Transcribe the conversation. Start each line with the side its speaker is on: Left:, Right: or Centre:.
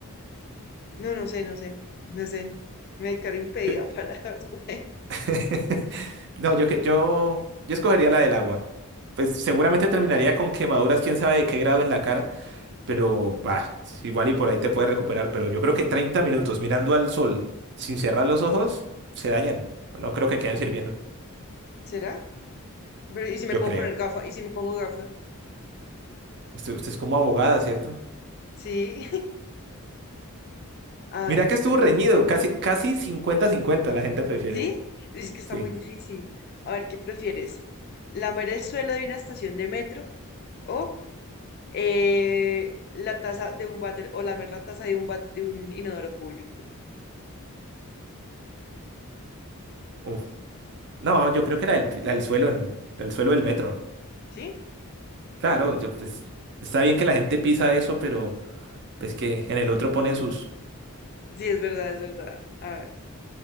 Left: no, no sé, no sé, no sé. Me declaro impedida
Right: Yo-
Left: para <laughs> escoger.
Right: <laughs> no, yo, que- yo, yo escogería la del agua. Pues seguramente terminaría con quemaduras, quién sabe de qué grado en la cara, pero va, igual y por ahí te puedes recuperar. Pero yo creo que 30 minutos mirando al sol sin cerrar los ojos se dañan. No creo que queden sirviendo.
Left: ¿Será? Pero, ¿y si me
Right: Yo
Left: puedo
Right: creo.
Left: poner gafas? ¿Y si me pongo gafas?
Right: Usted, usted es como abogada, ¿cierto?
Left: Sí. <laughs> A
Right: Mira
Left: ver,
Right: que estuvo reñido, casi, casi cincuenta-cincuenta. la gente prefiere.
Left: ¿sí? Es que está
Right: Sí.
Left: muy difícil. A ver, ¿qué prefieres? ¿Lamer el suelo de una estación de metro o eh, la taza de un váter o lamer la taza de un bat- de un inodoro público?
Right: Uf. No, yo creo que la del, pi- la del suelo, en, del suelo del metro.
Left: ¿Sí?
Right: Claro, yo, pues, está bien que la gente pisa eso, pero pues que en el otro ponen sus...
Left: Sí, es verdad, es verdad. A ver.